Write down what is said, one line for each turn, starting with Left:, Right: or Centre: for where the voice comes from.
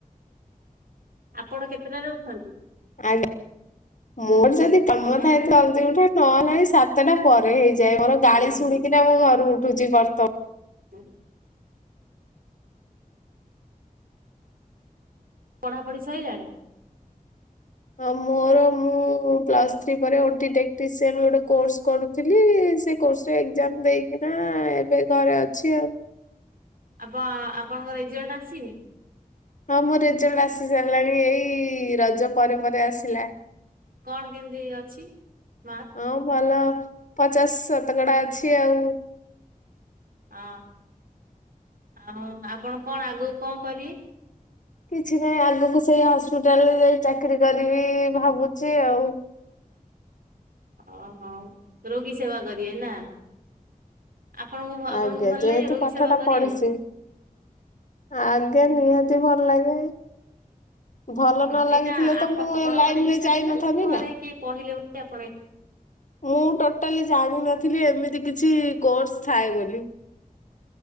Right: ଆପଣ କେତେଟା ରେ ଉଠନ୍ତି?
Left: ଆଜ୍ଞା। ମୋର ଯଦି କାମ
Right: ଆଜ୍ଞା
Left: ଥାଏ ତ ଜଲ୍ଦି ଉଠେ। ନ ହେଲେ ନାହିଁ ସାତଟା ପରେ ହେଇ ଯାଏ। ମୋର ଗାଳି
Right: ଓହୋ
Left: ଶୁଣିକିନା ମୁଁ ଘରୁ ଉଠୁଛି <unintelligible>
Right: ହୁଁ। ପଢ଼ାପଢ଼ି ସଇଲାଣି?
Left: ହଁ ମୋର ମୁଁ ପ୍ଲସ୍ ଥ୍ରୀ ପରେ ଓଟି ଟେକ୍ନିସିଆନ୍ ଗୋଟେ କୋର୍ସ କରୁଥିଲି ସେ କୋର୍ସରେ ଏକ୍ଜାମ ଦେଇ ନା ଏବେ ଘରେ ଅଛି ଆଉ।
Right: ଆପ ଆପଣଙ୍କ ରେଜଲ୍ଟ ଆସିନି?
Left: ହଁ ମୋ ରେଜଲ୍ଟ ଆସି ସାରିଲାଣି ଏଇ ରଜ ପରେ ପରେ ଆସିଲା।
Right: କଣ କେମିତି ଅଛି ମାର୍କ?
Left: ହଁ ଭଲ ପଚାଶ ଶତକଡା ଅଛି ଆଉ।
Right: ହଁ ଆଉ ଆପଣ କଣ ଆଗକୁ କଣ କରିବେ?
Left: କିଛି ନାହିଁ ଆଗକୁ ସେଇ ହସ୍ପିଟାଲରେ ଯାଇ ଚାକିରି କରିବି ଭାବୁଛି ଆଉ।
Right: ଅହୋ ରୋଗୀ ସେବା କରିବେ ନା? ଆପଣଙ୍କୁ ଆପଣଙ୍କୁ
Left: ଆଜ୍ଞା
Right: ଭଲ
Left: ଯେହେତୁ
Right: ଲାଗେ ରୋଗୀ
Left: ପାଠ
Right: ସେବା
Left: ଟା
Right: କରିବାକୁ?
Left: ପଢିଛି ଆଜ୍ଞା ନିହାତି ଭଲ ଲାଗେ। ଭଲ
Right: ହଁ
Left: ନ ଲାଗିଥିଲେ
Right: ଏଇଟା
Left: ତ
Right: ଆପଣଙ୍କର
Left: ମୁଁ ଏ ଲାଇନରେ
Right: ଇଚ୍ଛା
Left: ଯାଇନଥାନ୍ତି
Right: ଥିଲା ନା ଘରେ କିଏ କହିଲେ ବୋଲି ଆପଣ ଏ
Left: ମୁଁ ଟୋଟାଲି ଜାଣିନଥିଲି ଏମିତି କିଛି କୋର୍ସ ଥାଏ ବୋଲି।